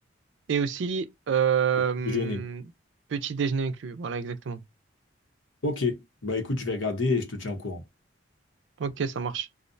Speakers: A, on the right; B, on the left.
A: Et aussi, euh,
B: Déjeuner.
A: petit déjeuner inclus. Voilà, exactement.
B: Ok. Bah écoute, je vais regarder et je te tiens au courant.
A: Ok, ça marche.